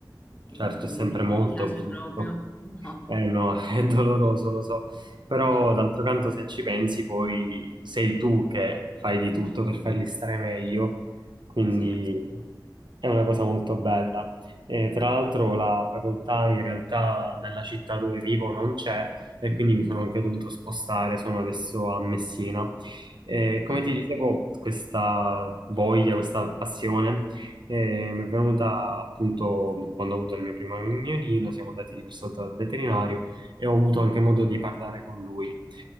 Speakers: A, on the right; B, on the left.
A: Certo,
B: mm,
A: è sempre
B: mi
A: molto
B: piace
A: brutto.
B: proprio. <laughs> No,
A: Eh no, <laughs> è doloroso, lo so. Però
B: sì,
A: d'altro canto, se ci pensi, poi sei tu che fai di tutto per farli stare meglio. Quindi
B: sì.
A: è una cosa molto bella. E, tra l'altro la facoltà in realtà nella città dove vivo non c'è e quindi mi sono anche dovuto spostare, sono adesso a Messina. E, come
B: Mm,
A: ti dicevo, questa voglia, questa passione e mi è venuta appunto quando ho avuto il mio primo agnolino, siamo andati diverse volte dal veterinario e ho avuto anche modo di parlare con lui.